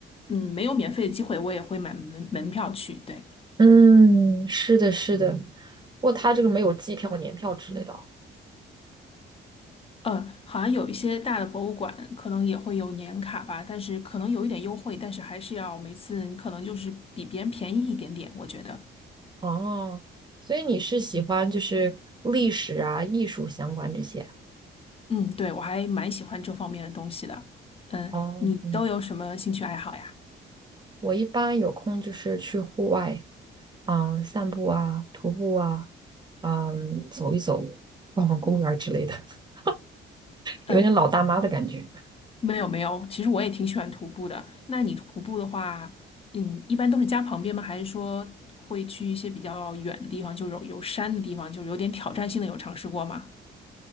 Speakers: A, on the left; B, on the right.
A: 嗯，没有免费的机会，我也会买门门票去。对，
B: 嗯，是的，是的。不过它这个没有季票、年票之类的哦。
A: 嗯，好像有一些大的博物馆可能也会有年卡吧，但是可能有一点优惠，但是还是要每次你可能就是比别人便宜一点点，我觉得。
B: 哦，所以你是喜欢就是历史啊、艺术相关这些啊？
A: 嗯，对，我还蛮喜欢这方面的东西的。嗯，
B: 哦，
A: 你都有什么兴趣爱好呀？
B: 嗯，我一般有空就是去户外。嗯，散步啊，徒步啊，嗯，走一走，逛逛公园儿之类的，<laughs> 有点老大妈的感觉。
A: 嗯。没有没有，其实我也挺喜欢徒步的。那你徒步的话，嗯，一般都是家旁边吗？还是说会去一些比较远的地方，就是有有山的地方，就是有点挑战性的，有尝试过吗？